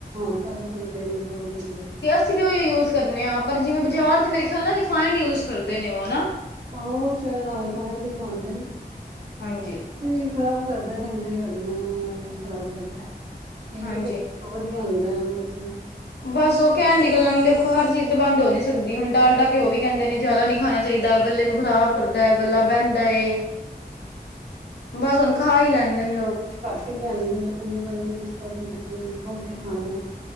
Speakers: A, on the right; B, on the left.
A: ਸਰ ਸਰਸੌ ਦੇ ਤੇਲ <unintelligible>
B: ਅਸੀ ਵੀ ਉਹੀ ਯੂਜ ਕਰਨੇ ਆ ਪਰ ਜਿਵੇ ਬਾਜਾਰ ਤੇ ਮੇਰੇ ਖਿਆਲ ਨਾਲ ਰਿਫਾਇੰਡ ਯੂਜ ਕਰਦੇ ਨੇ ਉਹ ਹਨਾ।
A: ਆਹੋ <unintelligible> ਖਾਨਾ ਨੀ ਖਾਂਦੇ।
B: ਹਾਂਜੀ
A: ਵੀ ਖਰਾਬ ਕਰਦਾ ਕੈਦੇ ਹੱਡੀਆਂ ਨੂ ਖਰਾਬ ਕਰਦਾ ਤੇਲ
B: ਹਾਂਜੀ
A: ਵਧੀਆ ਹੁੰਦਾ ਬਸ।
B: ਬਸ ਉਹ ਕਹਨ ਦੀ ਗੱਲਾਂ ਨੇ ਦੇਖੋ ਹਰ ਚੀਜ਼ ਤੇ ਬੰਦ ਹੋ ਨੀ ਸਕਦੀ ਹੁਣ ਡਾਲਡਾ ਘਿਓ ਵੀ ਕੇਂਦੇ ਨੇ ਜਾਦਾ ਨੀ ਖਾਨਾ ਚਾਹੀਦਾ ਗੱਲੇ ਨੂੰ ਖਰਾਬ ਕਰਦਾ ਗੱਲਾ ਬਹਿੰਦਾ ਏ। ਬਸ ਉਹੁਣ ਖਾ ਹੀ ਲੈਦੇ ਨੇ ਲੋਕ।
A: ਸਟਾਰਟਿੰਗ ਆਂਦੀ ਵਰਤਦੀ ਈ ਜਿਸ ਤਰ੍ਹਾਂ ਕਿ ਬੱਚੇ ਨੇ ਪਰੋਠੇ ਖਾਣੇ